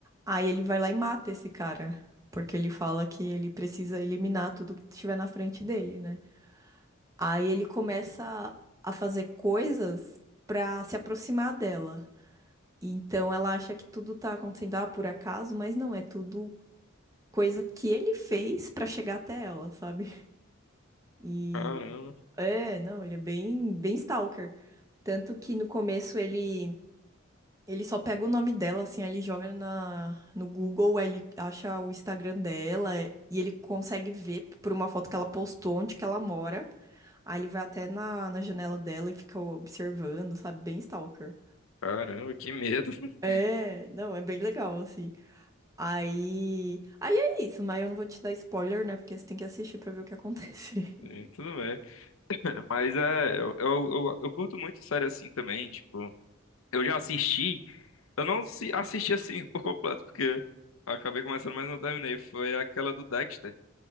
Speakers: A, on the right (about 15°); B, on the left (about 80°).
A: Aí ele vai lá e mata esse cara, porque ele fala que ele precisa eliminar tudo que estiver na frente dele, né? Aí ele começa a fazer coisas pra se aproximar dela. Então ela acha que tudo tá acontecendo ah, por acaso, mas não, é tudo coisa que ele fez pra chegar até ela, sabe? E
B: Caramba,
A: é, não, ele é bem, bem stalker. Tanto que no começo ele ele só pega o nome dela, assim, aí ele joga na, no Google, aí ele acha o Instagram dela e ele consegue ver por uma foto que ela postou onde que ela mora. Aí ele vai até na, na janela dela e fica observando, sabe? Bem stalker.
B: caramba, que medo. <laughs>
A: É, não, é bem legal, assim. Aí. Aí é isso, mas eu não vou te dar spoiler, né? Porque você tem que assistir pra ver o que acontece. <laughs>
B: É, Tudo bem. <laughs> Mas é, eu, eu, eu, eu curto muito série assim também, tipo. Eu já assisti. Eu não se- assisti assim <laughs> por completo, porque acabei começando, mas não terminei. Foi aquela do Dexter.